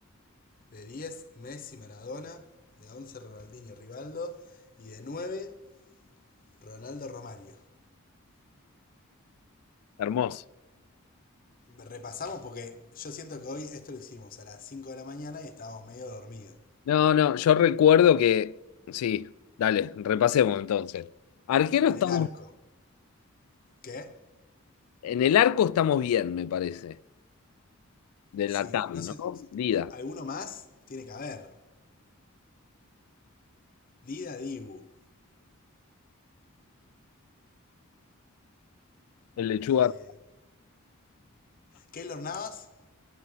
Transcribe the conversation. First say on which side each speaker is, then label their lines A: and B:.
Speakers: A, on the left; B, on the left.
A: De 10 Messi Maradona. De 11 Ronaldinho Rivaldo. Y de 9 Ronaldo Romario.
B: Hermoso.
A: Repasamos porque yo siento que hoy esto lo hicimos a las 5 de la mañana y estábamos medio dormidos.
B: No, no, yo recuerdo que, sí, dale, repasemos entonces. Arquero
A: En
B: estamos,
A: el arco. ¿Qué?
B: en el arco estamos bien, me parece. de
A: Sí,
B: la TAM,
A: no
B: ¿no?
A: sé, si- si,
B: Dida.
A: u- alguno más tiene que haber. Dida Dibu.
B: El lechuga
A: Eh, Keylor Navas